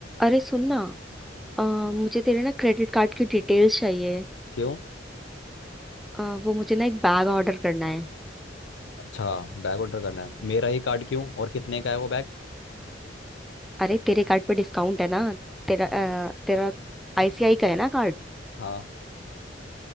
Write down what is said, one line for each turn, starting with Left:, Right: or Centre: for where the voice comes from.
Centre: अरे सुन ना अ, मुझे तेरे ना क्रेडिट कार्ड की डिटेल्स चाहिए
Left: क्यों
Centre: अ, वो मुझे ना एक बैग ऑर्डर करना है
Left: अच्छा बैग ऑर्डर करना है मेरा ही कार्ड क्यों और कितने का है वो बैग
Centre: अरे तेरे कार्ड पे डिस्काउंट है ना तेरा अ, तेरा आईसीआई का है ना कार्ड
Left: हाँ